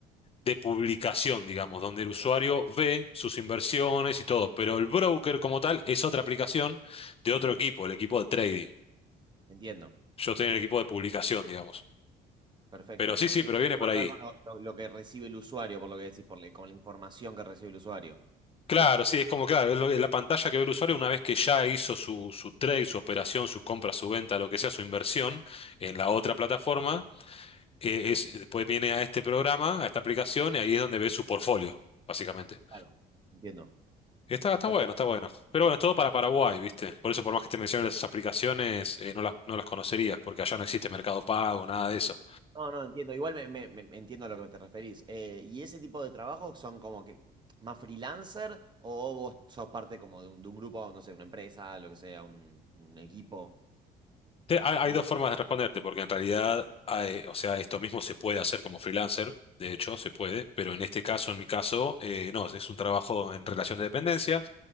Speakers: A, on the left; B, on the right.
A: de publicación, digamos, donde el usuario ve sus inversiones y todo, pero el broker como tal es otra aplicación de otro
B: Ok,
A: equipo, el equipo de trading.
B: entiendo.
A: Yo estoy en el equipo de publicación, digamos.
B: Perfecto.
A: Pero sí,
B: Con-
A: sí,
B: Tiene
A: pero viene
B: más
A: por ahí.
B: que ver con lo, lo- lo que recibe el usuario, por lo que decís, por la- con la información que recibe el usuario.
A: Claro, sí, es como, claro, es lo- es la pantalla que ve el usuario una vez que ya hizo su, su trade, su operación, su compra, su venta, lo que sea, su inversión en la otra plataforma, eh, es, eh, después viene a este programa, a esta aplicación, y ahí es donde ve su portfolio, básicamente.
B: Claro, entiendo.
A: Está, está
B: Perfecto.
A: bueno, está bueno. Pero bueno, es todo para Paraguay, ¿viste? Por eso, por más que te mencionen esas aplicaciones, eh, no las, no las conocerías, porque allá no existe Mercado Pago, nada de eso.
B: No, no, entiendo. Igual me, me- me- entiendo a lo que te referís. Eh, ¿y ese tipo de trabajos son como que más freelancer o vos sos parte como de un, de un grupo, no sé, una empresa, lo que sea, un un equipo?
A: Te- Hay, hay
B: Como,
A: dos formas de responderte, porque en realidad, hay- o sea, esto mismo se puede hacer como freelancer, de hecho, se puede, pero en este caso, en mi caso, eh, no, es un trabajo en relación de dependencia,